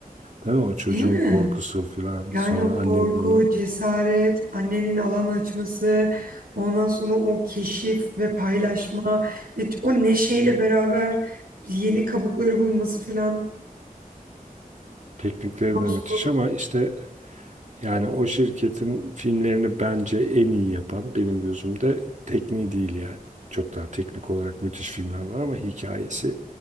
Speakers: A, on the right; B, on the right.
A: değil mi? O çocuğun
B: Değil mi?
A: korkusu falan
B: Yani
A: sonra
B: o korku,
A: annenin onu
B: cesaret, annenin alan açması, ondan sonra o keşif ve paylaşma ve o neşeyle beraber yeni kabukları bulması falan.
A: teknikleri
B: dostluk.
A: de müthiş ama işte yani o şirketin filmlerini bence en iyi yapan benim gözümde tekniği değil yani. Çok daha teknik olarak müthiş filmler var ama hikayesi.